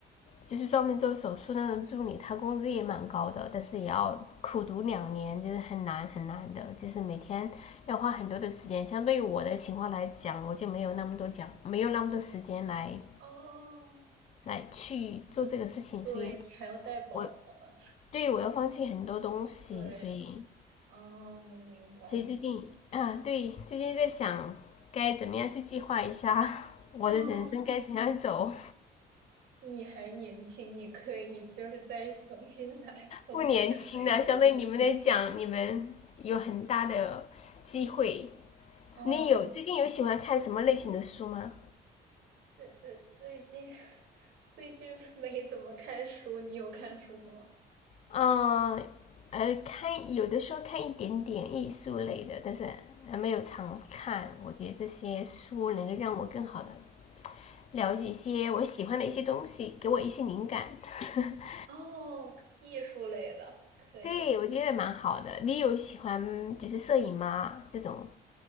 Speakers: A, on the left; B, on the right.
A: 就是专门做手术那种助理，他工资也蛮高的，但是也要苦读两年，就是很难很难的，就是每天要花很多的时间。相对于我的情况来讲，我就没有那么多讲，没有那么多时间来
B: 哦，
A: 来去做这个事情，
B: 对，
A: 所以
B: 你还要带宝宝呢。
A: 我对于我要放弃很多东西，
B: 对，
A: 所以
B: 哦，明白。
A: 所以最近，啊，对，最近在想该怎么样去计划一下我的人生该怎样走。
B: 嗯，你还年轻，你可以就是再重新来，重新选择一条路。
A: 不年轻了，相对你们来讲，你们有很大的机会。
B: 嗯，
A: 你有最近有喜欢看什么类型的书吗？
B: 最最最近 <laughs> 最近没怎么看书，你有看书吗？
A: 嗯，呃，看有的时候看一点点艺术类的，但是呃没有常看。我觉得这些书能够让我更好的了解一些我喜欢的一些东西，给我一些灵感。<laughs>
B: 哦，艺术类的，可以
A: 对，我觉得蛮好的。你有喜欢就是摄影吗？这种